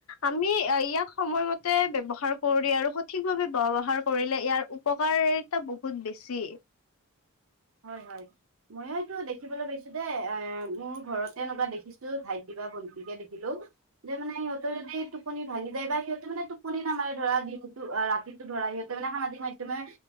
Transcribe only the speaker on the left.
আমি ইয়াক সময়মতে ব্যৱহাৰ কৰি আৰু সঠিকভাৱে ব্যৱহাৰ। কৰিলে ইয়াৰ উপকাৰিতা বহুত বেছি।